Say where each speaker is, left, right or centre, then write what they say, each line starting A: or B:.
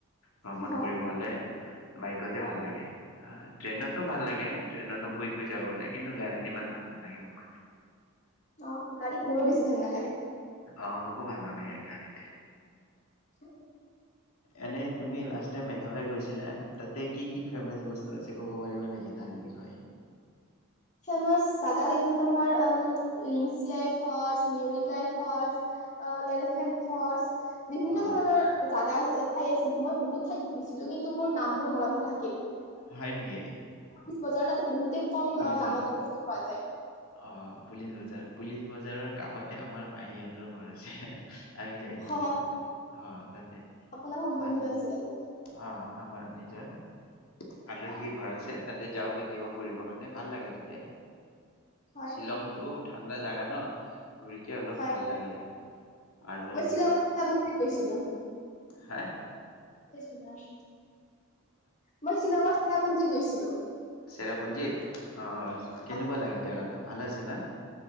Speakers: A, on the left; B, on the left.
A: ভ্ৰমণ
B: অ',
A: কৰিব হলে, বাইকতহে
B: হয়
A: ভাল লাগে, আহ। ট্ৰেইনতো ভাল লাগে, ট্ৰেইনতো শুই শুই যাব পাৰে কিন্তু গাড়ীত ইমান ভাল নালাগে মোক।
B: অ গাড়ীত মোৰো বেছি ভাল নালাগে।
A: আহ, মোকো ভাল নালাগে এই গাড়ীত।
B: হয় <inaudible>
A: এনে তুমি লাষ্ট টাইম মেঘালয় গৈছিলা, তাতে কি কি ফেমাচ বস্তু আছে ক'ব পাৰিবা নেকি তাৰ বিষয়ে?
B: পিছত মই, সাদা দেখোন মানুহৰ অ লিংচিয়াই ফলচ, নিউলিকাই ফলচ, এলিফেণ্ট ফলচ বিভিন্ন
A: অ',
B: ধৰণৰ জাগা ঠাই আছে, মই বহুত ঠাইত ফুৰিছিলো কিন্তু মোৰ নাম বোৰ মনত নাথাকিল।
A: হয় নেকি
B: কি বজাৰত বহুতে কম
A: অ
B: দামত বস্তু পোৱা যায়।
A: পুলিচ বজাৰ পুলিচ বজাৰ বজাৰৰ কাষতে আমাৰ মাহীহঁতৰ ঘৰ আছে আমি যাই
B: হ
A: থাকো তাতে অ তাতে
B: আপোনাৰ সম্বন্ধীয়
A: ভাল
B: আছিলে ত'
A: অ আমাৰ নিজৰ আলহীৰ
B: অ'।
A: ঘৰ আছে তাতে যাওঁ কেতিয়াবা ফুৰিবৰ কাৰণে ভাল লাগে ততে
B: হয়
A: শ্বিলংটো ঠাণ্ডা জাগা ন ঘূৰিকে অলপ
B: হয়
A: ভাল লাগে আৰু
B: মই শ্বিলঙত মছ ম গৈছিলো
A: হে
B: উ মই শ্বিলঙত চেৰাপুঞ্জীত গৈছিলো
A: চেৰাপুঞ্জিত আহ কেনেকুৱা
B: হয়,
A: লাগিল জোগাটো ভাল আছে না